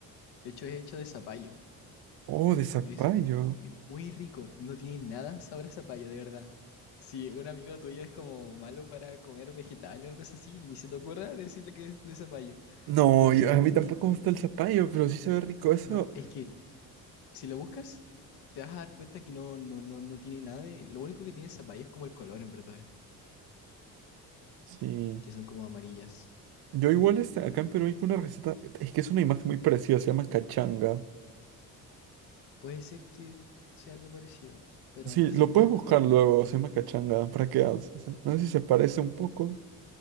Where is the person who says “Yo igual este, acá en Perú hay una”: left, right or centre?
Right